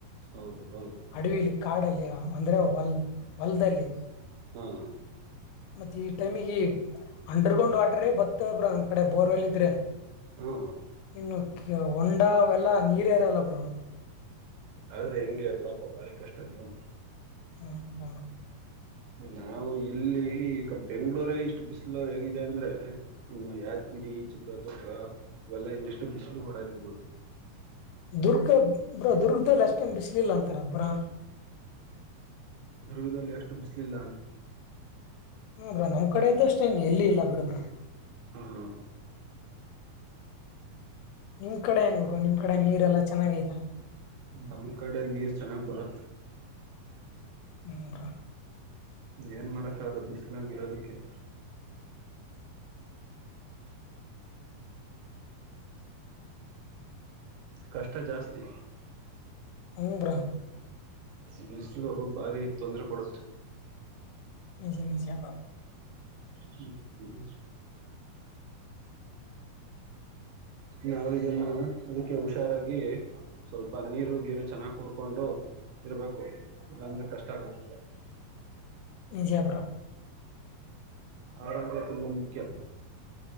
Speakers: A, on the right (about 80°); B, on the left (about 80°).
A: ಹೌದು ಹೌದು
B: ಅಡವಿಲಿ ಕಾಡಲ್ಲಿ ಅಂದ್ರೆ ಹೊಲ್ ಹೊಲ್ದಲ್ಲಿ
A: ಹ್ಮ್
B: ಮತ್ತ ಈ ಟೈಮಿಗೆ ಅಂಡರ್ ಗ್ರೌಂಡ್ ವಾಟರ್ ಬರ್ತವೆ ಬ್ರಾ ನಮ್ ಕಡೆ ಬೋರ್ವೆಲ್ ಇದ್ರೆ
A: ಹಾ
B: ಇನ್ನು ಹೊಂಡ ಅವೆಲ್ಲಾ ನೀರ ಇರಲ್ಲ ಬ್ರೋ
A: ಆದ್ರೆ ಹೆಂಗೆ ಬುಡಪ್ಪ ಬಾರಿ ಕಷ್ಟ್ದಜೀವನ
B: ಹ್ಮ ಹಾ
A: ನಾವು ಇಲ್ಲಿ ಅ ಬೆಂಗ್ಗಳೂರ ಇಷ್ಟು ಬಿಸಿಲು ಹೇಗಿದೆ ಅಂದ್ರೆ ಇನ್ನು ಯಾದಗಿರಿ ಚಿತ್ರದುರ್ಗ ಇವೆಲ್ಲ ಇನ್ನೆಷ್ಟು ಬಿಸಿಲು ಒಳಗರ್ಬೋದು
B: ದುರ್ಗ ಬ್ರೋ ದುರ್ಗದಲ್ಲಿ ಅಷ್ಟೇನ್ ಬಿಸ್ಲಿಲ್ಲ ಅಂತಾರಲ್ ಬ್ರೋ
A: ದುರ್ಗದಲ್ಲಿ ಎಷ್ಟು ಬಿಸಲಿಲ್ಲ
B: ಹ್ಮ ಬ್ರಾ ನಮ್ ಕಡೆ ಇದ್ದ ಅಷ್ಟೇ ಎಲ್ಲಿ ಇಲ್ಲಾ ಬಿಡಬ್ರಾ
A: ಹ್ಮ್
B: ನಿಮ್ ಕಡೆ ಹೆಂಗ ಬ್ರೋ ನಿಮ್ ಕಡೆ ನೀರೆಲ್ಲಾ ಚೆನ್ನಾಗೈತ
A: ನಮ್ಮ್ ಕಡೆ ನೀರ್ ಚೆನ್ನಾಗ್ ಬರತ್
B: ಉಂಗ್ರಾ
A: ಏನ್ ಮಾಡಕ್ಕಾಗಲ್ಲ ಬಿಸ್ಲಂಗ ಇರದಕ್ಕೆ ಕಷ್ಟ ಜಾಸ್ತಿ
B: ಹೂ ಬ್ರೋ
A: ಬಿಸಿಲು ಬಾರಿ ತೊಂದರೆ ಕೊಡುತ್.
B: ನಿಜೆ ನಿಜ ಬ್ರೋ
A: ಹ್ಮ್ ಹ್ಮ ನಾವ ಇದನ್ನು ಅದಕ್ಕೆ ಹುಷಾರಾಗಿ ಸ್ವಲ್ಪ ನೀರು ಗೀರು ಚೆನ್ನಾಗಿ ಕುಡ್ಕೊಂಡು ಇರ್ಬೇಕು ಇಲ್ಲಾಂದ್ರೆ ಕಷ್ಟ ಆಗುತ್ತೆ
B: ವಿಜಯಪುರ
A: ಆರೋಗ್ಯ ತುಂಬಾ ಮುಖ್ಯ